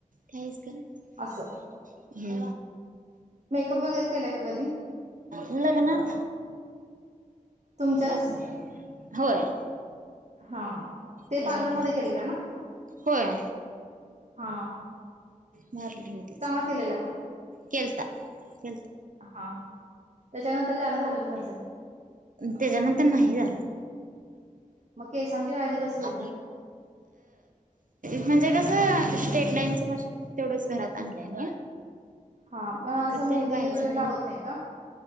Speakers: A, on the right; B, on the right.
A: तेच खरा
B: असं मेकअप वगैरे केलाय का कधी
A: हम् लग्नात
B: तुमच्याच
A: न होय
B: हा ते
A: त्याच्यावर
B: पार्लर मध्ये
A: नाही
B: केलेलं ना
A: होय
B: हा
A: मारले होतीच
B: चांगला केलेला का
A: केलत केत
B: हा त्याच्यानंतर जाणं झालं नसेल.
A: त्याच्यानंतर नाही झालं.
B: मग केसांची काळजी कशी
A: आ
B: घेता
A: म्हणजे कसं स्टेट लाईनच मशीन तेवढच घरात आणलंय मी.
B: हा मग असं
A: कधीतरी
B: मेहंदी
A: बाहेर
B: वगैरे
A: जातना
B: लावत नाही का